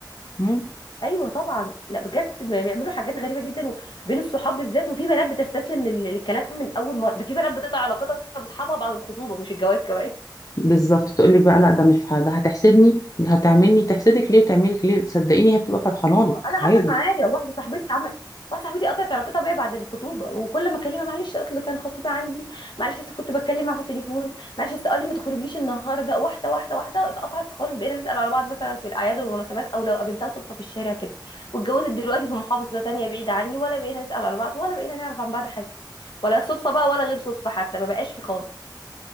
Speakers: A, on the left (about 45°); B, on the left (about 75°).
A: مم.
B: ايوه طبعا لا بجد بيعملوا حاجات غريبه جدا بين الصحاب بالذات وفي بنات بتستسلم لل- للكلام من اول مره ده في بنات بتقطع علاقتها باصحابها بعد الخطوبه مش الجواز كمان
A: بالظبط تقول لك بقى لا ده مش ه- ده هتحسدني ده هتعملني تحسدك ليه وتعملك ليه صدقيني هي بتبقى فرحانه
B: اه
A: لك
B: انا
A: عادي
B: حصل معايا واحده صاحبتي عمل واحده صاحبتي قطعت علاقتها بيا بعد الخطوبه وكل ما اكلمها معلش اصل كان خطيبه عندي معلش اصل كنت بتكلم معاه في التليفون معلش اصل قال لي ما تخرجيش النهارده واحده واحده واحده اتقطعت خالص بقينا نسال على بعض مثلا في الاعياد والمناسبات او لو قابلتها صدفه في الشارع كده واتجوزت دلوقتي في محافظه ثانيه بعيده عني ولا بقينا نسال على بعض ولا بقينا نعرف عن بعض حاجه ولا صدفه بقى ولا غير صدفه حتى ما بقاش في خالص